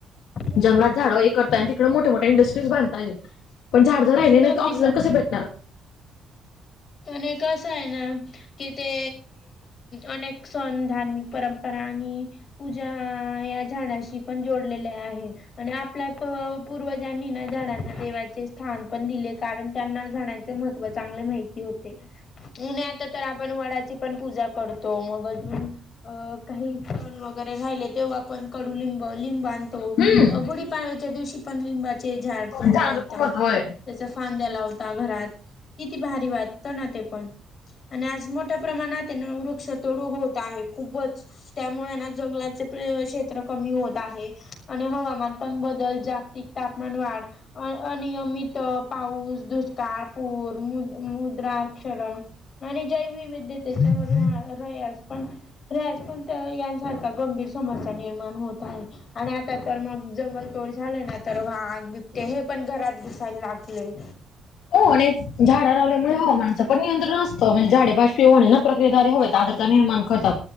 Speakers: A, on the left; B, on the left.
A: बरं
B: जंगलात
A: बरं.
B: झाड हे करताय आणि तिकडे मोठ मोठ मोठ्या इंडस्ट्रीज बांधताय, पण झाड जर राहिले
A: एकदम
B: नाही
A: अगदी
B: तर ऑक्सिजन कसे भेटणार.
A: आणी कसं आहे ना, कि ते अनेक सण धार्मिक परं परा आणि पूजा या झाडांशी पण जोडलेले आहे. आणि आपल्या प- पूर्वजांनी ना झाडांना देवाचे स्थान पन दिले कारण त्यांना झाडां ते महत्व चांगले माहिती होते. मुने आता तर आपण वडाची पन पूजा करतो मग अजून अ काही सण वगैरे राहिले तेव्हा पण कडुलिंब लिंबा तो,
B: हम्म
A: गुढीपाडव्याच्या दिवशी पण लिंबाचे झाड तोडून
B: झाडांचं
A: आणता.
B: खूप महत्व आहे
A: त्याच फांद्या लावता घरात, किती भारी वाटत ना ते पण. आणि आज मोठ्या प्रमाणात येना वृक्ष तोड होत आहे खूपच त्यामुळे ना जंगलाचे प - क्षेत्र कमी होत आहे आणि हवामान पण बदल जागतिक तापमान वाढ अ अ अनियमित पाऊस, दुष्काळ, पूर राग शरण आणि जय वैविध्य त्याच्यावर रयास पण पण यांसारख्या गंभीर समस्या निर्माण होत आहे. आणि आता तर मग जंगल तोड झाली ना तर वाघ बिबटे हे पण घरात घुसायला लागलेत.
B: हो आणि झाडं लावल्यामुळे हवामानचं पण नियंत्रण असतं म्हणजे झाडे बाष्पीभवन होणे ना प्रक्रियाद्वारे हो आद्रता निर्माण करतात